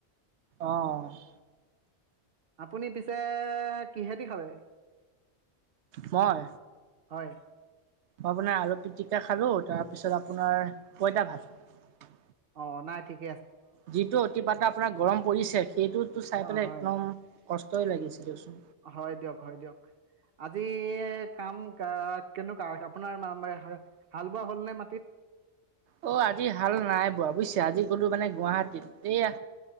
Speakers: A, on the right; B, on the right.
A: অহ ',
B: আপুনি পিছে কিহেদি খালে?
A: মই?
B: হয়।
A: মই আপোনাৰ আলু- পিটিকা খালো তাৰপিছত আপোনাৰ পইতা ভাত।
B: অ', নাই ঠিক,
A: যিটো অতিপাত্ৰা আপোনাৰ গৰম পৰিছে সেইটোততো চাই
B: অ'
A: পেলাই
B: হয়
A: একদম কষ্ট, <unintelligible>
B: হয় দিয়ক, হয় দিয়ক আজি কাম কেনেকুৱা আপোনাৰ হাল বোৱা হ'ল নে মাটিত?
A: অহ ', আজি হাল নাই বোৱা বুজিছা আজি গলো মানে গুৱাহাটীত। এইয়া